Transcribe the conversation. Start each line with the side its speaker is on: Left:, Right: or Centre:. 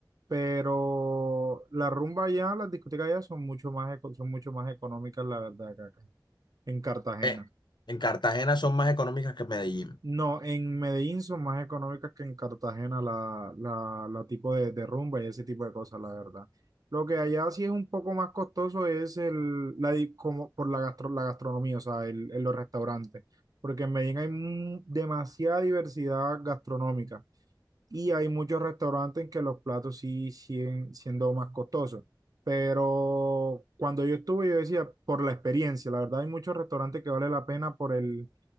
Right: pero la rumba allá, las discotecas allá son mucho más, eco- son mucho más económicas, la verdad, que acá, en Cartagena.
Left: Eh, en Cartagena son más económicas que en Medellín.
Right: No, en Medellín son más económicas que en Cartagena la, la, la tipo de, de rumba y ese tipo de cosas, la verdad. Lo que allá sí es un poco más costoso es el, la, di- como por la, gastro- la gastronomía, o sea, el, el los restaurantes, porque en Medellín hay mu- demasiada diversidad gastronómica y hay muchos restaurantes en que los platos sí siguen siendo más costosos. Pero cuando yo estuve, yo decía, por la experiencia, la verdad hay muchos restaurantes que vale la pena por el